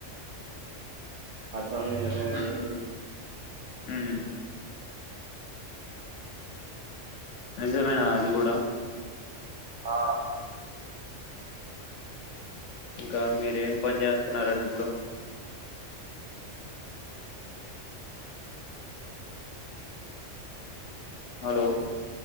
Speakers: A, on the right; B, on the left.
A: అతని అన్నాయ్ జమీ
B: ఉమ్ నిజమేనా అది కూడా
A: ఆ
B: ఇంకా మీరేం పని చేస్తున్నరండి ఇప్పుడు హలో